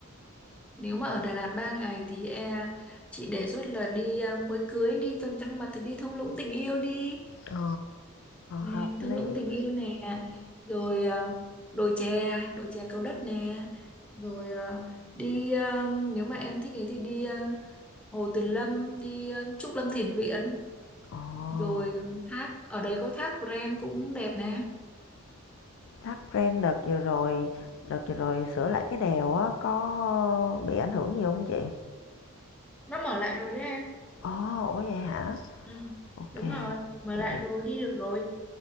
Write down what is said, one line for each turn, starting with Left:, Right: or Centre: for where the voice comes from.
Centre: Nếu mà ở Đà Lạt 3 ngày thì e, chị đề xuất là đi à, mới cưới đi tuần trăng mật thì đi thung lũng tình yêu đi
Left: Ờ,
Centre: nè,
Left: hợp lý.
Centre: thung lũng tình yêu nè rồi à, đồi chè đồi chè Cầu Đất nè rồi à, đi à, nếu mà em thích ấy thì đi à, Hồ Tuyền Lâm đi à, Trúc Lâm Thiền Viện
Left: Ồ,
Centre: rồi à, thác ở đấy có thác Pren cũng đẹp nè
Left: thắt ren đợt vừa rồi, đợt vừa rồi sửa lại cái đèo á có bị ảnh hưởng gì không chị?
Centre: nó mở lại rồi đấy em
Left: Ồ, ủa vậy hả?
Centre: Ừ,
Left: ok
Centre: đúng rồi, mở
Left: vậy
Centre: lại
Left: được.
Centre: rồi, đi được rồi.